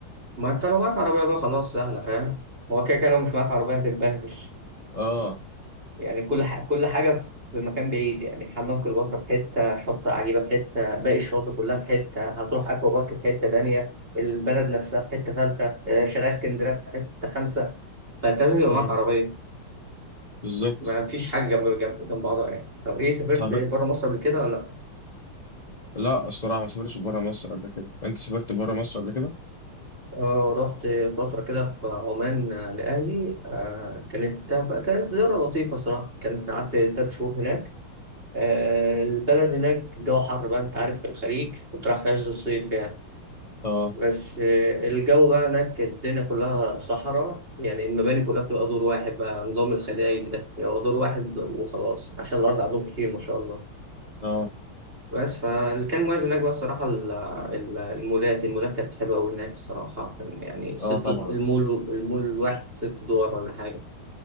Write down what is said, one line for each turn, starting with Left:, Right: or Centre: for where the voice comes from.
Right: ما انت لو معاك عربيه بقى خلاص سهله فاهم هو كده كده لو مش معاك عربيه هتتبهدل
Left: اه
Right: يعني كل ح... كل حاجة في مكان بعيد يعني حمام كليوباترا في حتة شاطئ عجيبة في حتة باقي الشواطئ كلها في حتة هتروح أكوا بارك في حتة تانية البلد نفسها في حتة ثالثة آه، شارع اسكندرية في حتة خامسة فأنت لازم يبقى
Left: امم
Right: معاك عربية
Left: بالظبط
Right: ما فيش حاجة جنب جنب جنب بعضها يعني طب إيه سافرت
Left: طب
Right: بره مصر قبل كده ولا لأ؟
Left: لا الصراحة ما سافرتش بره مصر قبل كده انت سافرت بره مصر قبل كده
Right: آه رحت فترة كده في عمان آه، لأهلي آه كانت كانت زيارة لطيفة صراحة كانت قعدت تلات شهور هناك آه، البلد هناك الجو حر بقى انت عارف في الخليج كنت رايح في عز الصيف يعني
Left: اه
Right: بس آه، الجو بقى هناك الدنيا كلها صحراء يعني المباني كلها بتبقى دور واحد بقى نظام الخلايج ده بيبقى دور واحد وخلاص عشان الأرض عندهم كتير ما شاء الله
Left: اه
Right: بس فاللي كان مميز هناك بقى الصراحة ال- ال- المولات المولات كانت حلوة أوي هناك الصراحة كان يعني ست
Left: اه طبعا
Right: المول المول الواحد ست دول ولا حاجة